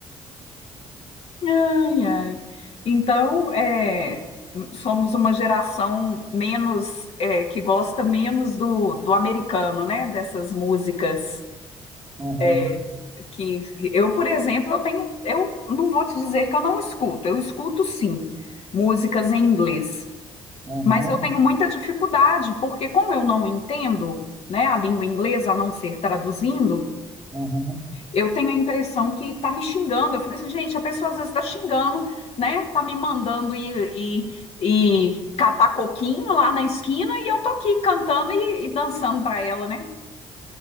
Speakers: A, on the left; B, on the right.
A: Ai, ai. Então, é, somos uma geração menos, é, que gosta menos do, do americano, né? Dessas músicas.
B: Uhum,
A: é, que eu, por exemplo, eu tenho, eu não vou te dizer que eu não escuto, eu escuto sim músicas em inglês,
B: uhum,
A: mas eu tenho muita dificuldade, porque como eu não entendo, né, a língua inglesa, a não ser traduzindo,
B: uhum.
A: eu tenho a impressão que tá me xingando. Eu fico assim, gente, a pessoa às vezes tá xingando, né? Tá me mandando ir, ir, ir catar coquinho lá na esquina e eu tô aqui cantando e, e dançando para ela, né?